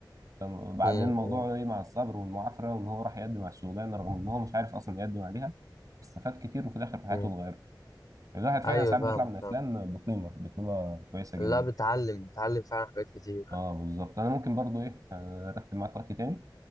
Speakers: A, on the right (about 45°); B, on the left (about 55°).
A: فبعدين
B: مم.
A: موضوعه
B: مم.
A: ايه مع الصبر والمعافرة وان هو راح يقدم على الشغلانة رغم ان هو مش عارف اصلا يقدم عليها استفاد كتير وفي الاخر حياته
B: مم.
A: اتغيرت فالواحد فعلا
B: ايوه
A: ساعات
B: فاهمك
A: بيطلع من افلام
B: فاهم
A: بقيمة بقيمة كويسة جدا
B: لا بتعلم بتعلم فعلا حاجات كتير
A: اه بالظبط انا ممكن برضو ايه آه، ارتب معاك وقت تاني